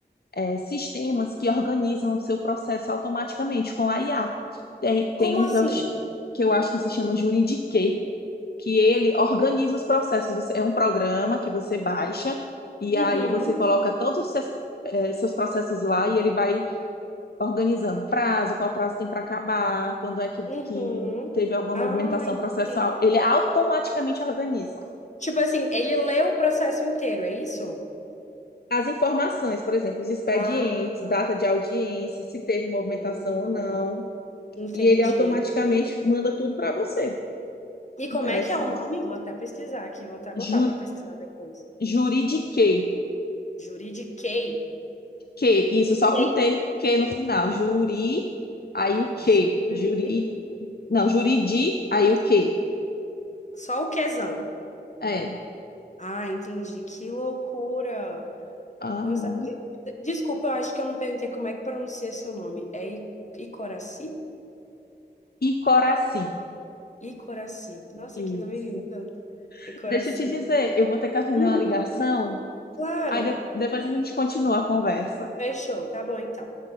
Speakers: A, on the left; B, on the left.
A: é, sistemas que organizam o seu processo automaticamente com a IA. Tem, tem
B: Como
A: um
B: assim?
A: que eu, ch- que eu acho que se chama Juridiquê, que ele organiza os processos. Você- É um programa que você baixa e
B: Uhum,
A: aí você coloca todos os seus, eh, seus processos lá e ele vai organizando prazo, qual prazo tem para acabar, quando é que,
B: uhum.
A: que teve alguma
B: Ah,
A: movimentação
B: entendi.
A: processual. Ele automaticamente organiza.
B: Tipo assim, ele leu o processo inteiro, é isso?
A: As informações, por exemplo, os expedientes,
B: Ah,
A: data de audiência, se teve movimentação
B: uhum,
A: ou não,
B: entendi.
A: e ele automaticamente manda tudo para você.
B: E
A: Interessante.
B: como é que é o nome? Vou até pesquisar aqui, vou até anotar
A: Juri,
B: para pesquisar depois.
A: juridiquei.
B: Juridiquei.
A: que, isso, só
B: Sei.
A: com T, que no final. Juri, aí o que?
B: Juri.
A: Juri, não, juridi, aí o que?
B: Só o quezão.
A: É.
B: Ah, entendi. Que loucura.
A: Aham.
B: Nossa. e- Desculpa, eu acho que eu não perguntei como é que pronuncia seu nome. É I- Icoraci?
A: E coraci.
B: Icoraci. Nossa,
A: Isso.
B: que nome lindo. Icoraci.
A: Deixa eu te dizer, eu vou ter que atender
B: Hum,
A: uma ligação,
B: claro.
A: aí de- depois a gente continua a conversa.
B: Fechou. Tá bom, então.